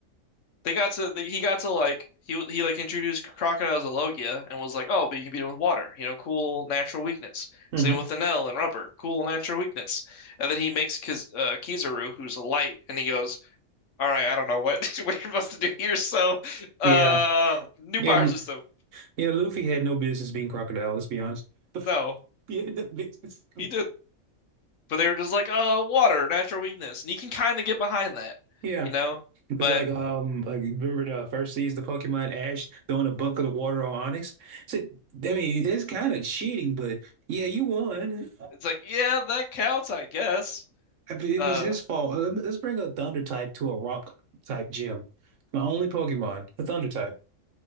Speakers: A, on the left; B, on the right.
A: They got to he got to like he he like introduced crocodiles to Logia and was like, "Oh, but you can beat them with water. You know, cool natural weakness."
B: hmm
A: Same with Enel and Rubber, cool natural weakness. And then he makes Kiz, uh, Kizaru, who's a light, and he goes, all right, I don't know what <laughs> we're supposed to do here. So, uh,
B: Yeah.
A: new
B: Yeah.
A: power system.
B: Yeah. Luffy had no business being Crocodile. Let's be honest. <laughs>
A: No,
B: Yeah, no business.
A: he did, but they were just like, uh, water, natural weakness, and you can kind of get behind that,
B: Yeah.
A: you know.
B: It was
A: But
B: like um like you remember the first season of Pokemon Ash throwing a bucket of water on Onyx? So, I mean, it's kind of cheating, but yeah, you won.
A: it's like, yeah, that counts, I guess.
B: I mean, it
A: Uh,
B: was his fault. Um, Let's bring a Thunder type to a Rock type gym. My only Pokemon, a Thunder type.